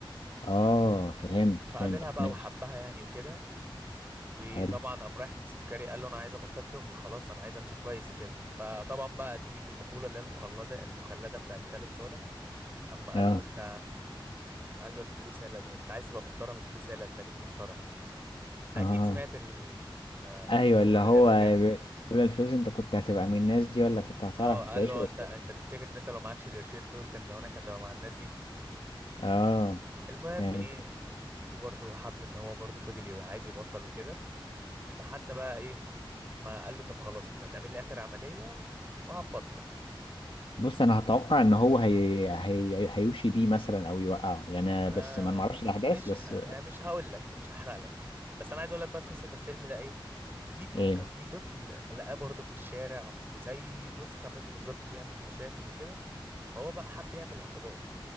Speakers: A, on the left; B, on the right.
A: اه فهمت
B: فقابلها
A: فهمتك
B: بقى
A: ماشي
B: وحبها يعني وكده وطبعا
A: حلو
B: قام رايح للسكري قال له انا عايز ابطل شغل خلاص انا عايز امشي كويس وكده فطبعا بقى تيجي المقوله اللي هي المخلده المخلده بتاعت خالد صالح اما قال
A: اه
B: له انت قال له الفلوس هي اللي انت عايز تبقى محترم الفلوس هي اللي هتخليك محترم انت اكيد
A: اه
B: سمعت ال- ما-
A: ايوه
B: الجمله
A: اللي هو
B: دي قبل كده
A: لولا الفلوس انت كنت هتبقى من الناس دي ولا كنت هتعرف
B: اه قال
A: تعيش
B: له
A: وسطها
B: انت انت تفتكر ان انت لو معكش القرشين دول كان زمانك هتبقى مع الناس دي
A: اه
B: المهم
A: فهمت
B: ايه تيتو برضه حب ان هو برضه فضل يو- عايز يبطل وكده لحد بقى ايه ما قال له طب خلاص انت هتعمل لي اخر عملية و- وهتبطل
A: بص انا هتوقع ان هو هي... هي... هيوشي بيه مثلا او يوقعه يعني
B: آه
A: بس ما نعرفش الاحداث
B: مش
A: بس
B: ه... يعني مش هقول لك مش هحرق لك بس انا عايز اقول لك بقى قصة الفيلم ده ايه تيتو
A: ايه
B: كان في طفل لقاه برضه في الشارع وزي نسخة منه بالظبط بيعمل مشاكل وكده فهو بقى حب يعمل اختبار